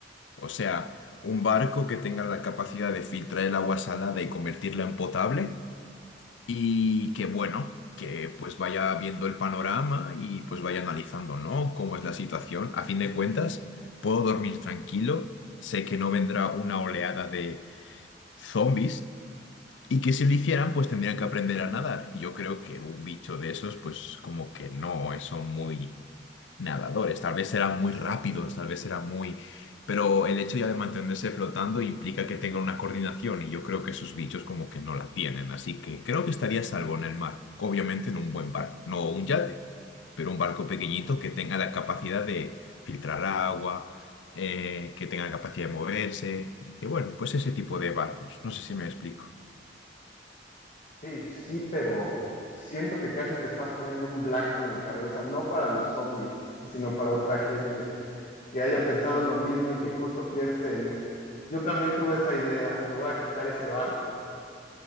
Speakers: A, on the left (about 75°); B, on the left (about 45°).
A: O sea, un barco que tenga la capacidad de filtrar el agua salada y convertirla en potable y que, bueno, que pues vaya viendo el panorama y pues vaya analizando, ¿no? Cómo es la situación. A fin de cuentas, puedo dormir tranquilo, sé que no vendrá una oleada de zombies y que si lo hicieran, pues tendrían que aprender a nadar. Y yo creo que un bicho de esos, pues como que no son muy nadadores. Tal vez eran muy rápidos, tal vez eran muy... Pero el hecho ya de mantenerse flotando implica que tengan una coordinación y yo creo que esos bichos como que no la tienen. Así que creo que estaría a salvo en el mar. Obviamente en un buen barco, no un yate, pero un barco pequeñito que tenga la capacidad de filtrar agua, eh, que tenga capacidad de moverse. Y bueno, pues ese tipo de barcos. No sé si me explico.
B: Sí, sí, pero siento que casi te estás poniendo un blanco en la cabeza, no para los zombies, sino para otra gente que haya pensado lo mismo y que justo piense en, yo también tuve esa idea, le voy a quitar ese barco.